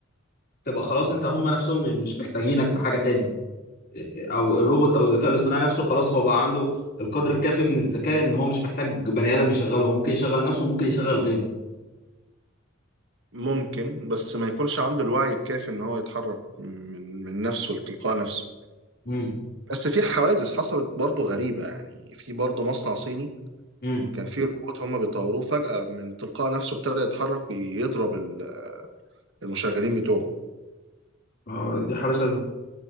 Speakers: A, on the left; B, on the right.
A: تبقى خلاص انت هم نفسهم مش محتاجينك في حاجه تاني او الروبوت او الذكاء الاصطناعي نفسه خلاص هو بقى عنده القدر الكافي من الذكاء ان هو مش محتاج بني ادم يشغله هو ممكن يشغل نفسه وممكن يشغل غيره
B: ممكن بس ما يكونش عنده الوعي الكافي ان هو يتحرك من من نفسه لتلقاء نفسه
A: امم
B: بس في حوادث حصلت برضه غريبة يعني في برضه مصنع صيني
A: امم
B: كان في روبوت هم بيطوروه فجأة من تلقاء نفسه ابتدى يتحرك ويضرب ال- المشغلين بتوعه
A: اه دي حاله شاذه